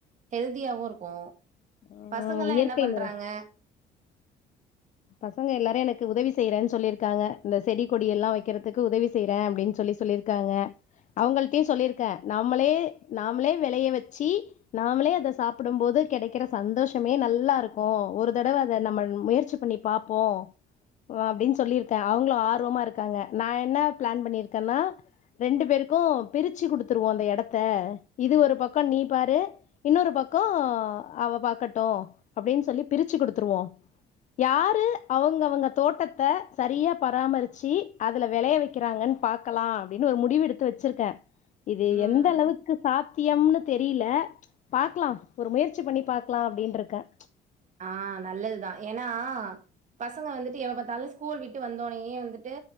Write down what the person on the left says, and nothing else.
ம்
இயற்கை
முறை பசங்க எல்லாரும் எனக்கு உதவி செய்யறேன்னு சொல்லிருக்காங்க இந்த செடி கொடி எல்லாம் வெக்கிறதுக்கு உதவி செய்யறேன் அப்படின்னு சொல்லி சொல்லியிருக்காங்க அவங்கள்ட்டையும் சொல்லியிருக்கேன் நாமளே நாம்ளே வெளைய வச்சு நாமளே அத சாப்பிடும் போது கிடைக்கிற சந்தோஷமே நல்லா இருக்கும் ஒரு தடவ அத நம்ம முயற்சி பண்ணி பா்போம் அப்படின்னு சொல்லிருக்கேன் அவங்களும் ஆர்வமா இருக்காங்க நான் என்ன பிளான் பண்ணிருக்கேன்னா ரெண்டு பேருக்கும் பிரிச்சு குடுத்துருவோம் அந்த எடத்த இது ஒரு பக்கம் நீ பாரு இன்னொரு பக்கம் அவ பாக்கட்டும் அப்படின்னு சொல்லி பிரிச்சு குடுத்துருவோம் யாரு அவங்கவுங்க தோட்டத்தை சரியா பராமரிச்சு அதுல வெளைய வெக்கிறாங்கன்னு பாக்கலாம் அப்படின்னு ஒரு முடிவு எடுத்து வச்சிருக்கேன் இது
எந்த அளவுக்கு சாத் த்தியம்னு தெரியில பாக்கலாம் ஒரு முயற்சி பண்ணி பாக்கலாம் அப்படின்ருக்கேன்